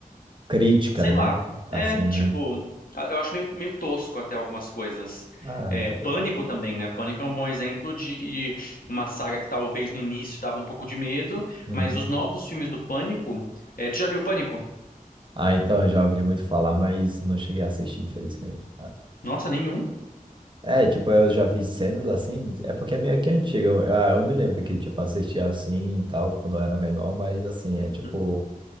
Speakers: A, on the right; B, on the left.
A: Crítica,
B: Sei
A: né?
B: lá.
A: Assim,
B: É, tipo,
A: né?
B: a- eu acho meio, meio tosco até algumas coisas.
A: Ah,
B: É,
A: interessante.
B: Pânico também, né? Pânico é um bom exemplo de, de uma saga que talvez no início dava um pouco de medo,
A: Uhum.
B: mas os novos filmes do Pânico. é, tu já viu Pânico?
A: Ah, então, eu já ouvi muito falar, mas não cheguei a assistir, infelizmente. Ah,
B: Nossa, nenhum?
A: É, tipo, eu já vi cenas assim, é porque é meio que antiga. Eu- Ah, eu me lembro que, tipo, assistia assim e tal, quando eu era menor, mas assim, é tipo,
B: Uhum,